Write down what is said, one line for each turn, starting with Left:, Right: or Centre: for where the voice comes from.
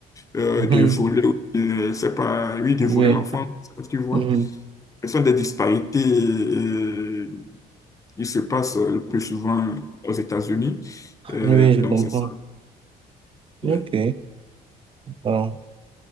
Left: euh,
Right: Mhm.
Left: de voler, euh, c'est pas, oui, de
Right: Oui,
Left: voler l'enfant, tu vois.
Right: Mhm.
Left: Ce sont des disparités euh, qui se passent le plus souvent aux États-Unis. Euh,
Right: Oui,
Left: donc,
Right: je comprends.
Left: c'est ça. Ouais.
Right: Ok. Wow.